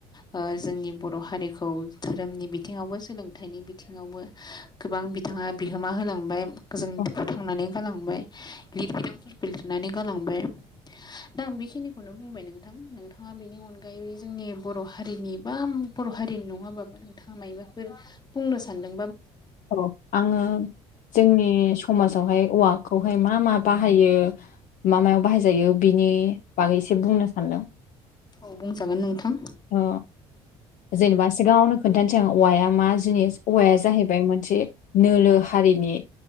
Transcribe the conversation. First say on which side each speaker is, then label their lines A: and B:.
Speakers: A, on the left (about 30°); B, on the left (about 60°).
A: ओ जोंनि बर हारिखौ धोरोमनि बिथिङावबो सोलोंथाइनि बिथिङावबो गोबां बिथाङा बिहोमा होलांबाय गोजों
B: औ
A: फोथांनानै गालांबाय लिरबिदां लिरनानै गालांबाय दा आं बेखिनिखौनो बुंबाय नोंथां नोंथाङा बेनि अनगायै जोंनि बर हारिनि बा बर हारिनि नङाबाबो नोंथाङा मायबाफोर बुंनो सानदों
B: औ आङो जोंनि समाजावहाय औवाखौहाय मा मा बा हायो मा मा मायाव बाहायजायो बिनि बागै एसे बुंनो सानदों
A: औ बुंजागोन नोंथां
B: अ जेनेबा सिगाङावनो खोन्थानोसै आं औवाया मा जिनिस औवाया जाहैबाय मोनसे नोलो हारिनि